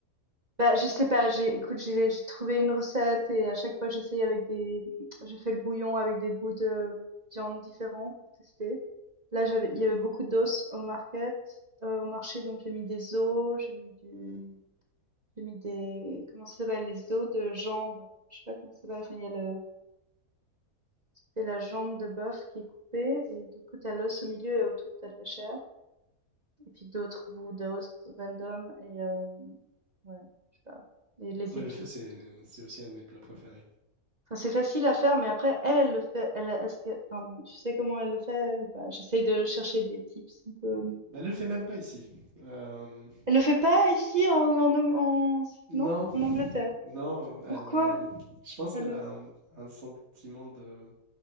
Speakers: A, on the right; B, on the right.
A: Bah, je sais pas, j'ai, écoute, j'ai j'ai trouvé une recette et à chaque fois j'essaye avec des, je fais le bouillon avec des bouts de viande différents pour tester. Là, j'avais, il y avait beaucoup d'os au market, euh, au marché, donc j'ai mis des os, j'ai mis du, j'ai mis des, comment ça s'appelle, les os de jambe. Je sais pas comment ça s'appelle. Enfin, il y a le, c'est la jambe de bœuf qui est coupée et du coup t'as l'os au milieu et autour t'as de la chair et puis d'autres bouts d'os random et euh, ouais, je sais pas, et les
B: Ouais,
A: épices.
B: le feu, c'est c'est aussi un de mes plats préférés.
A: Enfin, c'est facile à faire, mais après, elle, elle le fait. Elle, est-ce que, enfin, bon, tu sais comment elle le fait, elle, ou pas? J'essaie de chercher des tips un peu.
B: Bah, le fait même pas ici. Euh,
A: Elle le fait pas ici, en, en, Ang- en-
B: non,
A: non, en Angleterre.
B: non, elle,
A: Pourquoi?
B: euh, je pense qu'elle
A: Elle le...
B: a un, un sentiment de